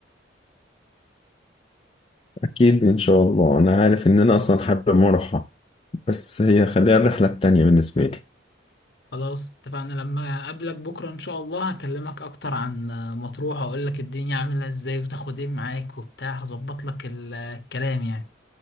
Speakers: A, on the left (about 30°); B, on the left (about 55°).
A: أكيد إن شاء الله أنا عارف إن أنا أصلا حابب أروحها بس هي خليها الرحلة التانية بالنسبة لي
B: خلاص اتفقنا لما اقابلك بكرة ان شاء الله هكلمك اكتر عن مطروح واقولك الدنيا عاملة ازاي وتاخد ايه معاك وبتاع هظبط لك ال- الكلام يعني